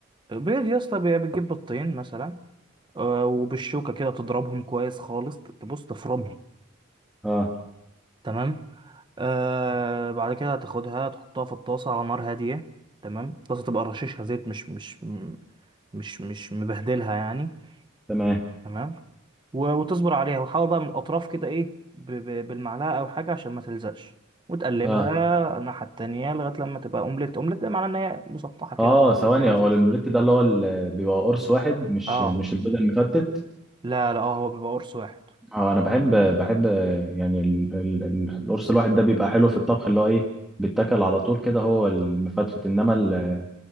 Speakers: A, on the right; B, in the centre.
A: بيض يا اسطى بي- بتجيب بيضتين مثلا آه، وبالشوكة كده تضربهم كويس خالص تبص تفرمهم
B: اه
A: تمام آه بعد كده هتاخدها تحطها في الطاسة على نار هادية تمام الطاسة تبقى رشيشها زيت مش مش مش مش مبهدلها يعني
B: تمام
A: تمام و- وتصبر عليها وحاول بقى من الأطراف كده إيه ب- ب- بالمعلقة أو حاجة عشان ما تلزقش وتقلبها
B: اه
A: الناحية التانية لغاية لما تبقى أومليت أومليت ده معناه إن هي مسطحة كده
B: اه ثواني
A: شكلها لذيذ
B: هو الاومليت ده اللي هو اللي بيبقى قرص واحد مش
A: اه
B: مش البيض المفتت
A: لا لا اه هو بيبقى قرص واحد
B: اه انا بحب بحب آه، يعني ال- ال- ال- القرص الواحد ده بيبقى حلو في الطبخ اللي هو ايه بيتاكل على طول كده هو المفتفت انما ال-